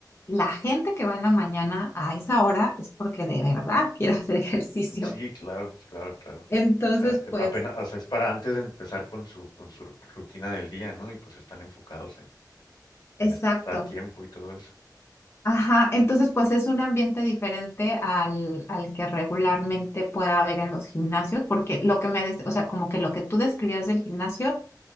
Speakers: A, on the left; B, on the left.
A: la gente que va en la mañana a esa hora es porque de verdad quiere <laughs> hacer ejercicio.
B: Sí, claro, claro, claro.
A: Entonces,
B: O sea, eh,
A: pues,
B: apenas, o sea, es para antes de empezar con su, con su rutina del día, ¿no? Y pues están enfocados en, en
A: exacto.
B: estar a tiempo y todo eso.
A: Ajá, entonces pues es un ambiente diferente al, al que regularmente pueda haber en los gimnasios, porque lo que me, des- o sea, como que lo que tú describías del gimnasio